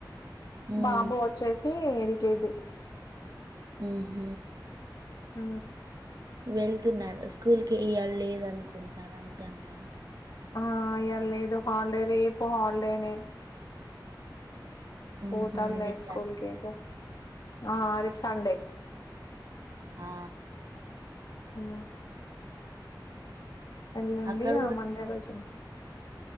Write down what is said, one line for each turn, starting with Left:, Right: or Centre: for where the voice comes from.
Right: ఉమ్
Left: బాబు వచ్చేసి ఎల్ కెజి
Right: ఆహ
Left: హ
Right: వెళ్తున్నారు స్కూల్ కి ఇ్యళ లేద అనుకుంట రమజాన్ ఆ
Left: ఆ ఇ లేదు హాలిడే రేపు హాలిడేనే
Right: ఉహు
Left: పోతడులే
Right: రేపు
Left: స్కూల్
Right: సాటర్డే
Left: కైతే ఆ రేపు సండే
Right: ఆ
Left: ఆ వెళ్ల్ళండి
Right: అక్కడ
Left: ఆ
Right: కూడా
Left: మండే రోజు